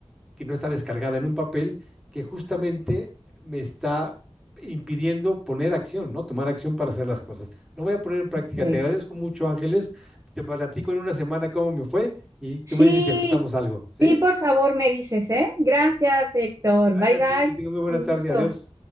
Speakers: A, in the centre; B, on the right.
A: que no está descargada en un papel, que justamente me está impidiendo poner acción, ¿no? Tomar acción para hacer las cosas. Lo voy a poner en práctica.
B: Así es.
A: Te agradezco mucho, Ángeles. Te platico en una semana cómo me fue y tú
B: Sí,
A: me dices si ajustamos algo, ¿sí?
B: sí, por favor me dices, ¿eh? Gracias, Héctor.
A: Gracias
B: Bye
A: a
B: bye.
A: ti, que tengas muy buena
B: Un
A: tarde.
B: gusto.
A: Adiós.